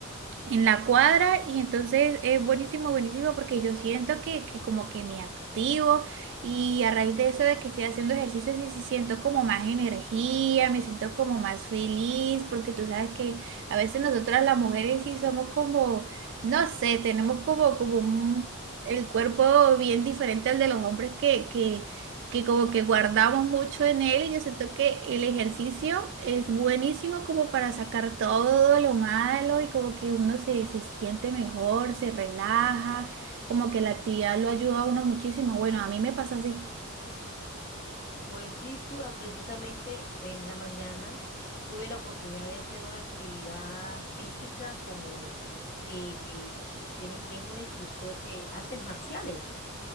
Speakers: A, on the right (about 55°); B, on the left (about 40°).
A: en la cuadra y entonces es buenísimo, buenísimo porque yo siento que, que como que me activo y a raíz de eso de que estoy haciendo ejercicio sí, sí siento como más energía, me siento como más feliz porque tú sabes que a veces nosotras las mujeres sí somos como, no sé, tenemos como, como un, el cuerpo bien diferente al de los hombres que, que que como que guardamos mucho en él y yo siento que el ejercicio es buenísimo como para sacar todo lo malo y como que uno se, se siente mejor, se relaja, como que la actividad lo ayuda a uno muchísimo. Bueno, a mí me pasa así.
B: Pues sí, Suar, precisamente en la mañana tuve la oportunidad de hacer una actividad física como eh, tiene- tengo una instructora de artes marciales.